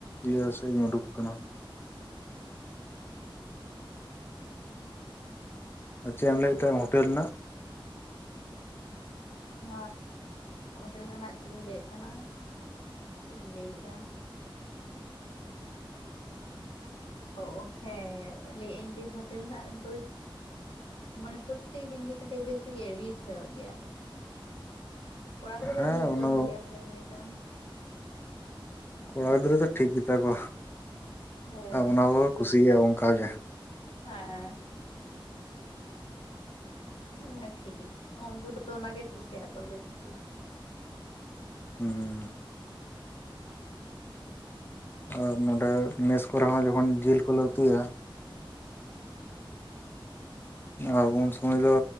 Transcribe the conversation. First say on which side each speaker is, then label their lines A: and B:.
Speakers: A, on the left; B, on the left.
A: ᱤᱭᱟᱹ ᱥᱮᱧ ᱩᱰᱩᱠ ᱟᱠᱟᱱᱟ ᱟᱨ ᱪᱮᱫ ᱮᱢ ᱞᱟᱹᱭ ᱮᱫ ᱦᱳᱴᱮᱞ ᱨᱮᱱᱟᱜ
B: ᱦᱮᱸ ᱦᱳᱴᱮᱞ ᱨᱮᱱᱟᱜ ᱪᱮᱫ ᱤᱧ ᱞᱟᱹᱭᱮᱫ ᱛᱟᱦᱮᱱᱟ ᱪᱮᱫ ᱤᱧ ᱞᱟᱹᱭ ᱠᱮᱫᱟ ᱚ ᱦᱮᱸ ᱞᱟᱹᱭ ᱟᱹᱧ ᱡᱮ ᱦᱳᱴᱮᱞ ᱨᱮᱱᱟᱜ ᱫᱚ ᱢᱟᱱᱮ ᱯᱨᱚᱛᱛᱮᱠ ᱫᱤᱱᱜᱮ ᱠᱟᱹᱴᱤᱡ ᱵᱮᱥᱤ ᱜᱮ ᱨᱤᱪ ᱦᱩᱭᱩᱜ ᱜᱮᱭᱟ ᱠᱚᱲᱟ ᱤᱫᱽᱨᱟᱹ
A: ᱦᱮᱸ
B: ᱫᱚ ᱨᱤᱪ
A: ᱚᱱᱟ
B: ᱡᱚᱢ
A: ᱫᱚ
B: ᱜᱮᱭᱟ ᱠᱚ ᱮᱢᱱᱤ ᱛᱮᱦᱚ
A: ᱠᱚᱲᱟ ᱜᱤᱫᱽᱨᱟᱹ ᱫᱚ ᱴᱷᱤᱠ ᱜᱮᱛᱟ ᱠᱚᱣᱟ
B: ᱦᱮᱸ
A: ᱟᱨ ᱚᱱᱟ ᱠᱚᱠᱚ ᱠᱩᱥᱤᱭᱟᱜᱼᱟ ᱚᱱᱠᱟᱜᱮ
B: ᱦᱮᱸ ᱦᱮᱸ ᱴᱷᱤᱠ ᱩᱱᱠᱩ ᱫᱚ ᱚᱱᱟᱜᱮ ᱠᱩᱥᱤ ᱟᱠ ᱠᱚ ᱵᱮᱥᱤ
A: ᱦᱮᱸ ᱟᱨ ᱱᱚᱸᱰᱮ ᱢᱮᱥ ᱠᱚᱨᱮ ᱦᱚᱸ ᱡᱚᱠᱷᱚᱱ ᱡᱤᱞ ᱠᱚᱞᱮ ᱩᱛᱩᱤᱭᱟ ᱟᱨ ᱩᱱ ᱥᱚᱢᱚᱭ ᱫᱚ